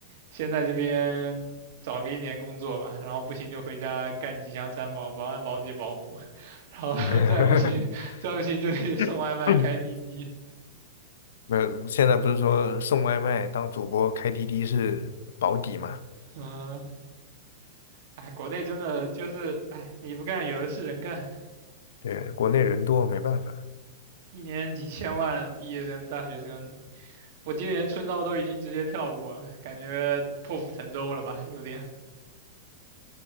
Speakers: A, on the right; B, on the left.
A: 先在这边找个一年工作吧，然后不行就回家干吉祥三宝、保安、保洁、保姆，<laughs> 然后再不行再不行就去送外卖、
B: <coughs> <laughs>
A: 开滴滴。
B: 没有，现在不是说送外卖当主播开滴滴是保底嘛？
A: 嗯，哎，国内真的就是哎，你不干有的是人干，
B: 对，国内人多没办法。
A: 一年几千万毕业生、大学生。我今年春招都已经直接跳过了，感觉破釜沉舟了吧，有点。